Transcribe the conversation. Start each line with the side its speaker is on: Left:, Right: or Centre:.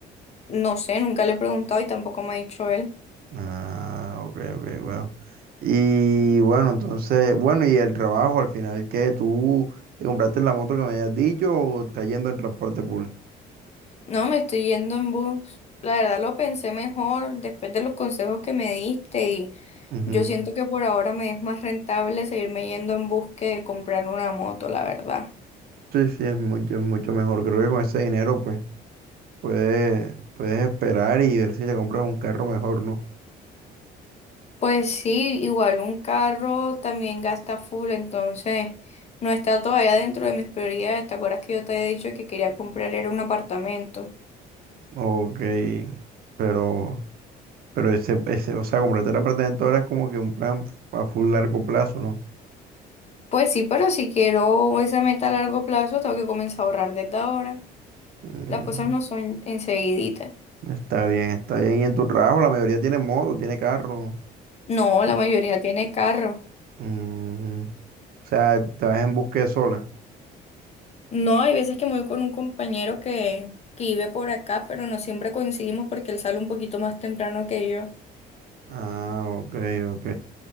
Left: No sé, nunca le he preguntado y tampoco me ha dicho él.
Right: Ah, ok, ok, bueno. Y bueno, entonces, bueno, y el trabajo al final, ¿qué? ¿Tú te compraste la moto que me habías dicho o estás yendo en transporte público?
Left: No, me estoy yendo en bus. La verdad lo pensé mejor después de los consejos que me diste y
Right: Ujú.
Left: yo siento que por ahora me es más rentable seguirme yendo en bus que comprar una moto, la verdad.
Right: Sí, sí, es mucho, es mucho mejor. Creo que con ese dinero, pues, puedes, puedes esperar y ver si te compras un carro mejor, ¿no?
Left: Pues sí, igual un carro también gasta full, entonces no está todavía dentro de mis prioridades. ¿Te acuerdas que yo te he dicho que quería comprar era un apartamento?
Right: Ok, pero, pero ese, ese, o sea, comprarte la patente ahora es como que un plan a full largo plazo, ¿no?
Left: Pues sí, pero si quiero esa meta a largo plazo, tengo que comenzar a ahorrar desde ahora.
Right: Mm,
Left: Las cosas no son enseguiditas.
Right: está bien, está bien. Y en tu trabajo la mayoría tiene moto, tiene carro.
Left: No,
Right: Entonces,
Left: la mayoría tiene carro.
Right: mm, o sea, te vas en búsqueda sola.
Left: No, hay veces que me voy con un compañero que, que vive por acá, pero no siempre coincidimos porque él sale un poquito más temprano que yo.
Right: Ah, ok, ok,